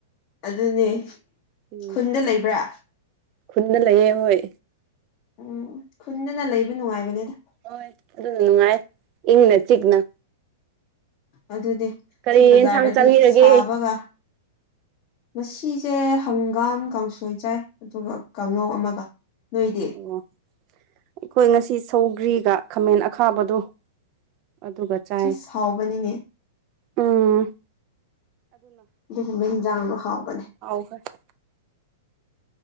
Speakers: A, on the left; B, on the right.
A: ꯑꯗꯨꯅꯦ
B: ꯎꯝ
A: ꯈꯨꯟꯗ ꯂꯩꯕ꯭ꯔꯥ
B: ꯈꯨꯟꯗ ꯂꯩꯌꯦ ꯍꯣꯏ
A: ꯎꯝ ꯈꯨꯟꯗꯅ ꯂꯩꯕ ꯅꯨꯡꯉꯥꯏꯕꯅꯦꯗ
B: ꯍꯣꯏ ꯑꯗꯨꯅ ꯅꯨꯡꯉꯥꯏ ꯏꯪꯅ ꯆꯤꯛꯅ
A: ꯑꯗꯨꯗꯤ
B: ꯀꯔꯤ
A: ꯁꯤ ꯕꯖꯥꯔꯗꯗꯤ
B: ꯌꯦꯟꯁꯥꯡ ꯆꯥꯕꯤꯔꯒꯦ
A: ꯁꯥꯕꯒ ꯉꯁꯤꯁꯦ ꯍꯪꯒꯥꯝ ꯀꯥꯡꯁꯣꯏ ꯆꯥꯏ ꯑꯗꯨꯒ ꯀꯥꯡꯉꯧ ꯑꯃꯒ ꯅꯣꯏꯗꯤ
B: ꯑꯣ ꯑꯩꯈꯣꯏ ꯉꯁꯤ ꯁꯧꯒ꯭ꯔꯤꯒ ꯈꯥꯃꯦꯟ ꯑꯈꯥꯕꯗꯣ ꯑꯗꯨꯒ ꯆꯥꯏ
A: ꯑꯁ ꯍꯥꯎꯕꯅꯤꯅꯦ
B: ꯎꯝ
A: ꯑꯗꯨꯒꯨꯝꯕ ꯍꯤꯡꯖꯡꯗꯣ ꯍꯥꯎꯕꯅꯦ
B: ꯑꯧꯕꯅꯦ